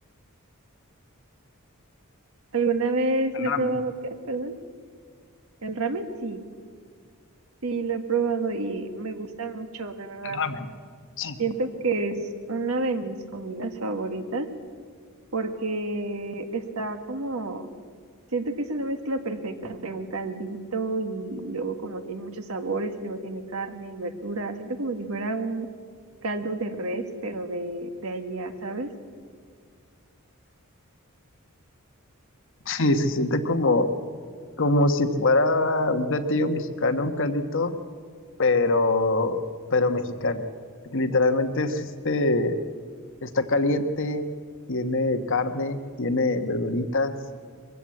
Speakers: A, on the right; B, on the left.
A: ¿Alguna vez lo
B: El
A: he
B: ramen,
A: probado qué? Perdón. ¿El ramen? Sí, sí lo he probado y me gusta mucho, de verdad.
B: el ramen. Sí.
A: Siento que es una de mis comidas favoritas porque está como, siento que es una mezcla perfecta entre un caldito y luego como tiene muchos sabores y luego tiene carne y verdura. Siento como si fuera un caldo de res, pero de, de allá, ¿sabes?
B: Sí, se siente como, como si fuera un platillo mexicano, un caldito pero, pero mexicano. Porque literalmente es este, está caliente, tiene carne, tiene verduritas,